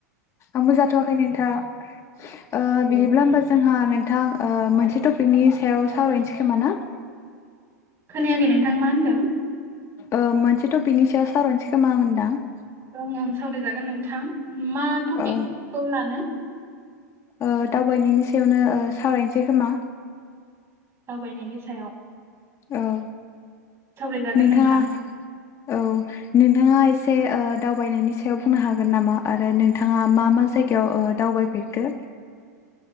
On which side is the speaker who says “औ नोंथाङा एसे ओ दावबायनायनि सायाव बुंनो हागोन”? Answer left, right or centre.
Left